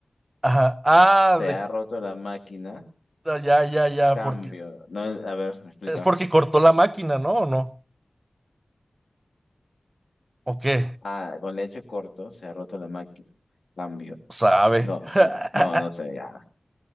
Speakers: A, on the right; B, on the left.
A: Ajá. Ah,
B: Se
A: de-
B: ha roto la máquina,
A: ah, ya, ya, ya.
B: cambio.
A: Porque
B: No, a ver, me explica.
A: es porque cortó la máquina, ¿no? ¿O no? ¿O qué?
B: Ah, con leche corto, se ha roto la máquina, cambio.
A: Sabe.
B: No,
A: <laughs>
B: no, no, no sé, ya.